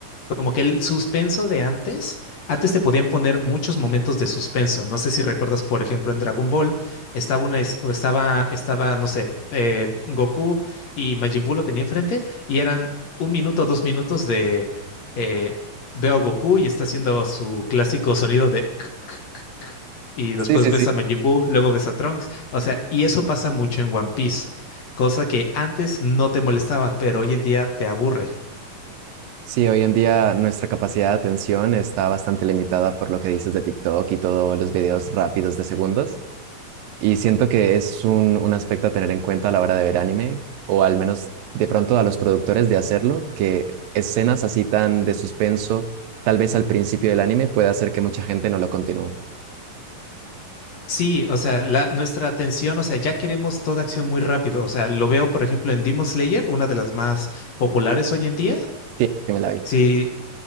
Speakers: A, on the left; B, on the right.
A: como que el suspenso de antes, antes te podían poner muchos momentos de suspenso. No sé si recuerdas, por ejemplo, en Dragon Ball estaba una, es- o estaba, estaba, no sé, eh, Goku y Majin Buu lo tenía enfrente y eran un minuto, dos minutos de eh, veo a Goku y está haciendo su clásico sonido de <laughs> Y después
B: Sí, sí,
A: ves
B: sí.
A: a Majin Buu, luego ves a Trunks. O sea, y eso pasa mucho en One Piece, cosa que antes no te molestaba, pero hoy en día te aburre.
B: Sí, hoy en día nuestra capacidad de atención está bastante limitada por lo que dices de TikTok y todos los videos rápidos de segundos. Y siento que es un, un aspecto a tener en cuenta a la hora de ver anime, o al menos de pronto a los productores de hacerlo, que escenas así tan de suspenso, tal vez al principio del anime, puede hacer que mucha gente no lo continúe.
A: Sí, o sea, la, nuestra atención, o sea, ya queremos toda acción muy rápido. O sea, lo veo, por ejemplo, en Demon Slayer, una de las más populares hoy en día.
B: Sí, yo me la vi.
A: Sí,